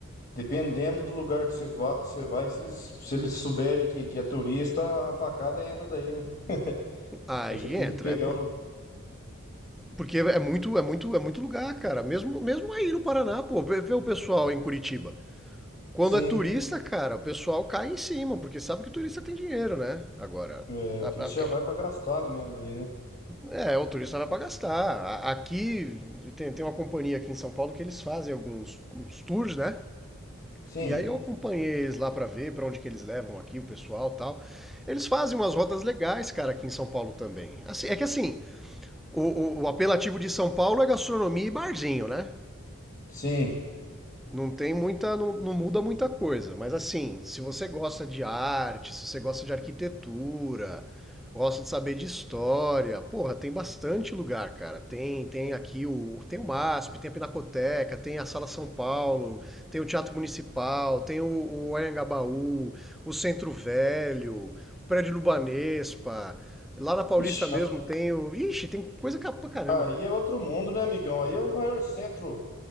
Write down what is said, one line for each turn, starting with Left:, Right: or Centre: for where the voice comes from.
Left: dependendo do lugar que você, va- você vai, se eles, se eles souberem que, que é turista, a facada entra daí, né? <laughs>
Centre: Aí
Left: Aí você tem
Centre: entra,
Left: que pegar
Centre: é por-
Left: o lugar.
Centre: porque é muito, é muito, é muito lugar, cara. Mesmo, mesmo aí no Paraná, pô, vê, vê o pessoal em Curitiba. Quando
Left: Sim,
Centre: é turista, cara, o pessoal cai em cima, porque sabe que turista tem dinheiro, né? Agora,
Left: é,
Centre: a-
Left: o turista
Centre: a-
Left: já vai pra gastar ali mesmo, ali, né?
Centre: é, o turista vai pra gastar. A- Aqui tem, tem uma companhia aqui em São Paulo que eles fazem alguns uns tours, né?
Left: Sim,
Centre: E aí eu acompanhei eles lá pra ver pra onde que eles levam aqui o pessoal e tal. Eles fazem umas rotas legais, cara, aqui em São Paulo também. Assim, é que assim, o, o- o apelativo de São Paulo é gastronomia e barzinho, né?
Left: sim.
Centre: Não tem muita, não, não muda muita coisa, mas assim, se você gosta de arte, se você gosta de arquitetura, gosta de saber de história, porra, tem bastante lugar, cara. Tem, tem aqui o, tem o MASP, tem a Pinacoteca, tem a Sala São Paulo, tem o Teatro Municipal, tem o, o Anhangabaú, o Centro Velho, o Prédio Lubanespa. Lá na Paulista
Left: Ixi,
Centre: mesmo
Left: a-
Centre: tem o, ixi, tem coisa ca- pra caramba,
Left: aí
Centre: cara.
Left: é outro mundo, né, amigão? Aí é o maior centro,